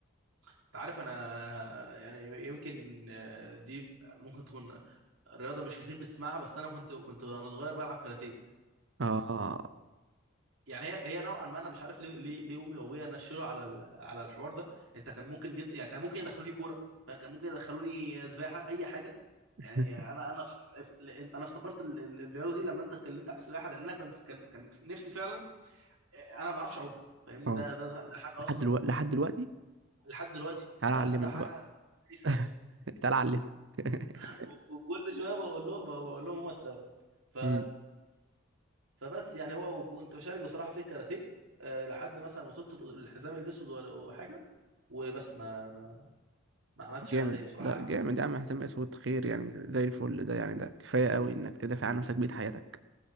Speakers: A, on the right (about 80°); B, on the right (about 60°).
A: انت عارف انا انا يعني يمكن آه، دي ممكن تكون رياضه مش كتير بتسمعها بس انا كنت كنت وانا صغير بلعب كاراتيه
B: اه
A: يعني هي هي نوعا ما انا مش عارف ليه ليه ليه امي وابويا نشلوا على ال- على الحوار ده انت كان ممكن جدا يعني كان ممكن يدخلوني كوره فكان ممكن يدخلوني سباحه اي حاجه
B: <laughs>
A: يعني انا انا ف- ف- لأن انا افتكرت ال- ال- الرياضه دي لما انت اتكلمت على السباحه لان انا كان كان كان نفسي فعلا انا ما بعرفش اعوم فاهمني
B: اه
A: ده ده ده ده حاجه
B: لحد
A: اصلا
B: دلوقتي لحد
A: يعني
B: دلوقتي
A: لحد دلوقتي
B: تعالى
A: ده
B: اعلمك
A: ده حاجه
B: بقى
A: مع- في
B: <laughs>
A: عشتي
B: تعالى اعلمك <laughs>
A: <laughs> و- وكل شويه بقول لهم بقول لهم هم السبب ف
B: مم.
A: فبس يعني هو وكنت بشارك بصراحه في الكاراتيه آه، لحد مثلا وصلت الحزام الاسود ولا حاجه وبس ما ما, ما عملتش حاجه
B: جامد
A: تاني بصراحه
B: لا
A: قعدت
B: جامد يا عم حسام اسود خير يعني زي الفل ده يعني ده كفايه قوي انك تدافع عن نفسك بيت حياتك